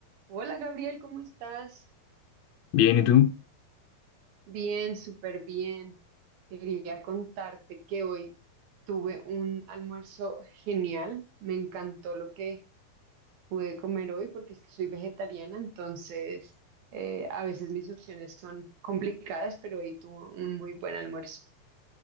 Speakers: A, on the right (about 80°); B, on the left (about 70°).
A: Hola Gabriel, ¿cómo estás?
B: Bien, ¿y tú?
A: Bien, súper bien. Quería contarte que hoy tuve un almuerzo genial. Me encantó lo que pude comer hoy porque es que soy vegetariana, entonces eh, a veces mis opciones son complicadas, pero hoy tuve un muy buen almuerzo.